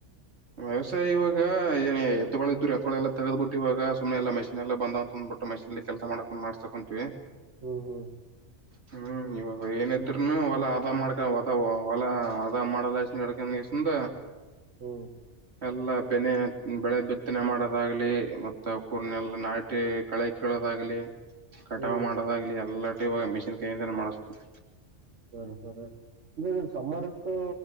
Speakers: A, on the right (about 60°); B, on the right (about 85°).
A: ವ್ಯವಸಾಯ ಇವಾಗ ಏ ಎತ್ತೊಳ ಇದ್ರು ಎತ್ತಗಳೆಲ್ಲ ತಗದಬಿಟ್ಟಿವ ಇವಾಗ ಸುಮ್ಮನೆಲ್ಲ ಮಷಿನ್ ಎಲ್ಲ ಬಂದಾವ ಅಂತದ ಪುಟ್ಟ ಮಷಿನಲ್ಲಿ ಕೆಲಸ ಮಾಡಸ್ ಮಾಡ್ಸಕೊಂಟಿವಿ
B: ಹ್ಮ್ ಹ್ಮ್
A: ಹ್ಮ್ ಇವಾಗ ಏನ ಇದ್ರುನು ಒಲಾ ಹದಾ ಮಾಡ್ಕ ಅದ ಹೊಲ ಹದಾ ಮಾಡದಷ್ಟ ಕೆಸಿಂದ
B: ಹ್ಮ್
A: ಎಲ್ಲ ಬೆನೆ ಬೆಳೆ ಬಿತ್ತನೆ ಮಾಡೋದಾಗ್ಲಿ ಮತ್ತ ಕೂರ್ನೆ ಎಲ್ಲ ನಾಟಿ ಕಳೆ ಕೀಳೊದಾಗಲಿ ಲಿ ಕಟಾವು
B: ಹ್ಮ್
A: ಮಾಡೋದಾಗ್ಲಿ ಎಲ್ಲಟು ಇವಾಗ ಮಿಷಿನ್ ಕೈಯಿಂದ ಮಾಡಿಸತೀವಿ.
B: ಸರಿ ಸರಿ ಅಂದ್ರೆ ಸಮರ್ ಇತ್ತು